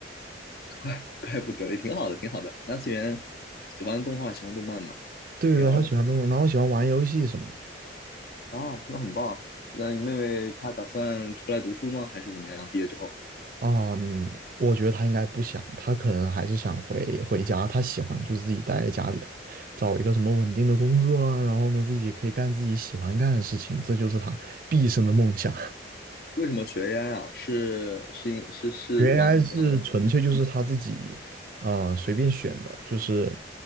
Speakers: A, on the left; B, on the right.
A: 怪怪不得，也挺好的，挺好的。二次元喜欢动画，喜欢动漫嘛，
B: 对对，
A: 挺好的。
B: 她喜欢动漫，然后喜欢玩游戏什么的。
A: 哦，那很棒。那你妹妹她打算出来读书吗？还是怎么样？毕业之后
B: 啊，嗯，我觉得她应该不想，她可能还是想回回家。她喜欢就是自己待在家里头，找一个什么稳定的工作啊，然后呢，自己可以干自己喜欢干的事情，这就是她毕生的梦想。
A: 为什么学 AI 啊？是是因是是玩玩，
B: 学 AI 是纯粹就是他自己啊、随便选的，就是